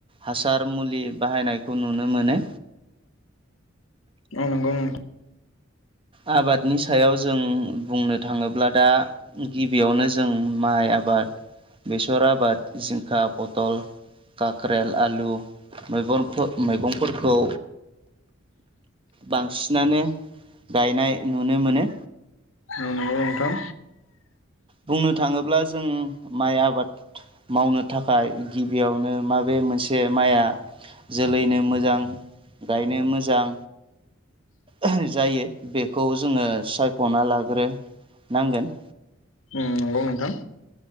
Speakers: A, on the right (about 25°); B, on the left (about 70°).
A: हासार मुलि बाहायनायखौ नुनो मोनो।
B: औ नोंगौ नों <unintelligible>
A: आबादनि सायाव जों बुंनो थाङोब्ला दा गिबियावनो जों माइ आ आबाद बेसर आबाद, जिंखा, पतल काक्रेल, आलु मैगंफो- मैगंफोरखौ बांसिनानो गायनाय नुनो मोनो।
B: औ नोंगौ नोंथां।
A: बुंनो थाङोब्ला जों माइ आबाद मावनो थाखाय गिबियावनो माबे मोनस से माइआ जोलैनो मोजां गायनो मोजां <unintelligible> जायो बेखौ जोङो सायख'ना लाग्रो नांगोन।
B: उम नंगौ नोंथां।